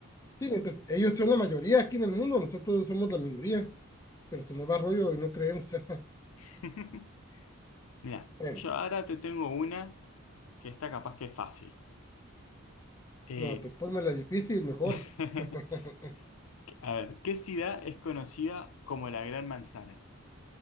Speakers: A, on the left; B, on the left.
A: Sí, entonces ellos son la mayoría aquí en el mundo, nosotros somos la minoría, pero se nos va rollo y no creemos. <laughs>
B: <laughs> Mira,
A: Bueno,
B: yo ahora te tengo una que está capaz que es fácil. Eh,
A: no, pues ponme la difícil, mejor.
B: <laughs>
A: <laughs>
B: a ver, ¿qué ciudad es conocida como la Gran Manzana?